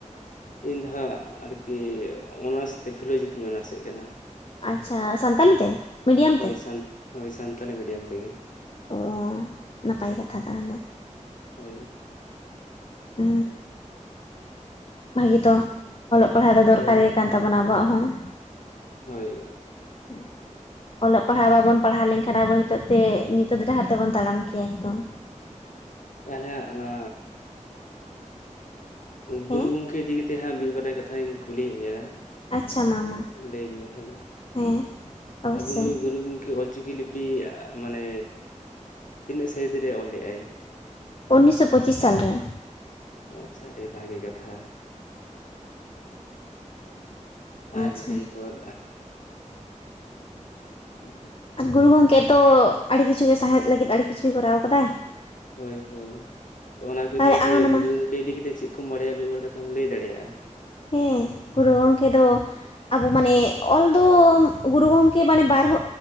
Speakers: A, on the left (about 80°); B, on the left (about 45°).
A: ᱤᱧ ᱫᱚ ᱦᱟᱸᱜ ᱟᱨᱠᱤ ᱚᱱᱟᱨᱥ ᱛᱮ ᱯᱷᱤᱞᱳᱡᱚᱯᱷᱤᱧ ᱚᱱᱟᱨᱥᱮᱫ ᱠᱟᱱᱟ ᱾
B: ᱟᱪᱪᱷᱟ ᱥᱟᱱᱛᱟᱞᱤ ᱛᱮ? ᱢᱤᱰᱤᱭᱟᱢ
A: ᱦᱳᱭ
B: ᱛᱮ
A: ᱥᱟᱱ ᱦᱳᱭ ᱥᱟᱱᱛᱟᱞᱤ ᱢᱤᱰᱤᱭᱟᱢ ᱛᱮᱜᱮ ᱾
B: ᱚ ᱱᱟᱯᱟᱭ ᱠᱟᱛᱷᱟ ᱛᱟᱦᱞᱮ
A: ᱦᱳᱭ
B: ᱾ ᱚ ᱵᱷᱟᱜᱤ ᱛᱚ ᱚᱞᱚᱜ ᱯᱟᱲᱦᱟᱜ ᱫᱚ ᱫᱚᱨᱠᱟᱨ
A: ᱦᱳᱭ
B: ᱜᱮ ᱠᱟᱱ ᱛᱟᱵᱚᱱᱟ ᱟᱵᱚᱣᱟᱜ ᱦᱚᱸ ᱾
A: ᱦᱳᱭ ᱾
B: ᱦᱩᱸ ᱚᱞᱚᱜ ᱯᱟᱲᱦᱟᱜ ᱵᱟᱵᱚᱱ ᱯᱟᱲᱦᱟᱣ ᱞᱮᱱᱠᱷᱟᱱ ᱟᱵᱚ ᱱᱤᱛᱚᱜ ᱛᱮ ᱧᱩᱛᱟᱹᱛ ᱰᱟᱦᱟᱨ ᱛᱮᱵᱚᱱ ᱛᱟᱲᱟᱢ ᱠᱮᱭᱟ ᱮᱠᱫᱚᱢ ᱾ <inaudible>
A: ᱛᱟᱞᱦᱮ ᱚᱱᱟ ᱜᱩᱨᱩ
B: ᱦᱮᱸ
A: ᱜᱚᱝᱠᱮ ᱤᱫᱤ ᱠᱟᱛᱮ ᱦᱟᱸᱜ ᱢᱤᱫᱵᱟᱨᱭᱟ ᱠᱟᱛᱷᱟᱧ ᱠᱩᱞᱤᱭᱮᱜ ᱢᱮᱭᱟ
B: ᱟᱪᱪᱷᱟ ᱢᱟ ᱢᱟ
A: ᱞᱟᱹᱭᱟᱹᱧ ᱢᱮ ᱦᱳᱭ,
B: ᱦᱮᱸ ᱚᱵᱚᱥᱥᱳᱭ
A: ᱟᱵᱚ ᱱᱩᱭ ᱜᱩᱨᱩ ᱜᱚᱝᱠᱮ ᱚᱞᱪᱤᱠᱤ ᱞᱤ ᱯᱤ ᱢᱟᱱᱮ ᱛᱤᱱᱟᱹᱜ ᱥᱟᱹᱦᱤᱛ ᱨᱮ ᱚᱞ ᱞᱮᱜᱼᱟᱭ?
B: ᱩᱱᱤᱥᱥᱚ ᱯᱚᱸᱪᱤᱥ ᱥᱟᱞ ᱨᱮ ᱾
A: ᱟᱪᱪᱷᱟ ᱟᱹᱰᱤ ᱵᱷᱟᱜᱮ ᱠᱟᱛᱷᱟ ᱾ ᱟᱨ
B: ᱟᱪᱪᱷᱟ
A: ᱫᱤᱭᱮ ᱯᱚᱨ <inaudible>
B: ᱜᱩᱨᱩ ᱜᱚᱝᱠᱮ ᱛᱚ ᱟᱹᱰᱤ ᱠᱤᱪᱷᱩ ᱜᱮ ᱥᱟᱶᱦᱮᱫ ᱞᱟᱹᱜᱤᱫ ᱟᱹᱰᱤ ᱠᱤᱪᱷᱩᱭ ᱠᱚᱨᱟᱣ ᱠᱟᱫᱟᱭ ᱾
A: ᱦᱳᱭ ᱦᱳᱭ ᱛᱚ ᱚᱱᱟ ᱠᱚ
B: ᱛᱟᱦᱚᱞᱮ
A: ᱤᱫᱤ ᱠᱟᱛᱮ
B: ᱟᱢ ᱚᱱᱟᱢᱟ
A: ᱜᱩᱨᱩ ᱜᱚᱝᱠᱮ ᱤᱫᱤ ᱠᱟᱛᱮ ᱪᱮᱫ ᱠᱚᱢ ᱵᱟᱲᱟᱭᱟ ᱢᱤᱫ ᱵᱟᱨ ᱠᱟᱛᱷᱟᱢ ᱞᱟᱹᱭ ᱫᱟᱲᱮᱭᱟᱜᱼᱟ
B: ᱦᱮᱸ ᱜᱩᱨᱩ ᱜᱚᱝᱠᱮ ᱫᱚ ᱟᱵᱚ ᱢᱟᱱᱮ ᱚᱞ ᱫᱚ ᱜᱩᱨᱩ ᱜᱚᱝᱠᱮ ᱢᱟᱱᱮ ᱵᱟᱨᱦᱚ